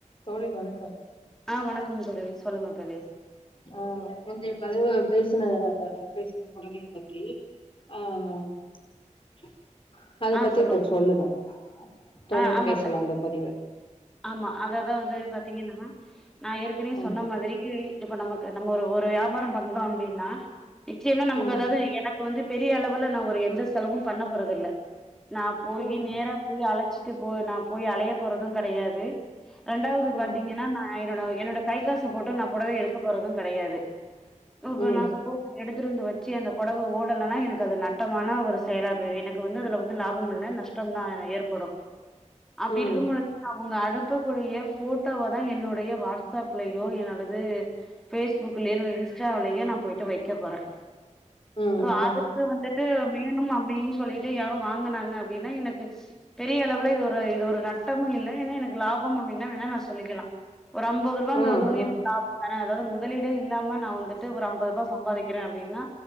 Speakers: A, on the left; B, in the centre.
A: தோழி வணக்ககோ
B: ஆ வணக்கம் தோழி சொல்லுங்க தோழி
A: ஆ வந்து பதிவு பேசின பேசின புடவையை பத்தி ஆ <inaudible> அத
B: ஆ
A: பத்தி
B: சொல்லுங்
A: இப்ப சொல்லுங்க தொடர்ந்து
B: ஆ ஆமா
A: பேசலாம்
B: தோ
A: அந்த பதிவு
B: ஆமா அதாவது பாத்தீங்கன்னா நான் ஏற்கன
A: ம்
B: சொன்ன மாதிரி இப்ப நமக்கு நம்ம ஒரு வியாபாரம் பண்றோம் அப்படின்னா நிச்சயமா நமக்கு
A: ம்
B: அதாவது எனக் எனக்கு வந்து பெரிய அளவுல நான் ஒரு எந்த செலவும் பண்ண போறத இல்ல நான் போய்
A: ம்
B: நேர போய் அழைச்சி விட்டு போ நான் போய் அலைய போறது கிடையாது ரெண்டாவது
A: ம்
B: பாத்தீங்கன்னா நான் என்னோட என்னோட கை காச போட்டு நான் புடவே எடுக்க போறது கிடையாது அப்ப
A: ம்
B: நான் சப்போஸ் எடுத்து வந்து வச்சே வச்சு அந்த புடக ஓடலைனா எனக்கு அது நட்டமான ஒரு செயலா போயிடு எனக்கு வந்து அதுல வந்து லாபம் இல்ல நஷ்டம் தா என ஏற்படும் அப்படி
A: ம்
B: இருக்கு பொழுது அவங்க அனுப்பக்கூடிய போட்டோவை தான் என்னுடைய வாட்ஸ்ப் வாட்ஸ்அப்லயோ என்னோடது பேஸ்புக்லயோ என்னோட இன்ஸ்டாவிலயோ நா போயிட்டு வைக்க போறே
A: ம்
B: ஒ
A: ம்
B: அதுக்கு வந்துட்டு வேணு அப்டின் சொல்லிட் டு யாரு வாங்கினாங்க அப்டின்னா எனக்கு பெரிய அளவுல இது ஒரு இது ஒரு நட்டமு இல்ல <inaudible> எனக்கு லாப அப்டின்னா வேணா நா சொல்லிக்கிளா ஒரு அம்பது
A: ம்
B: ரூபாங்கிறது வந்து
A: ம்
B: எனக்கு லாப தான அதாவுது முதலீடே இல்லாம நா வந்துட்டு ஒரு அம்பது ரூவா சம்பாதிக்கிறே அப்டின்னா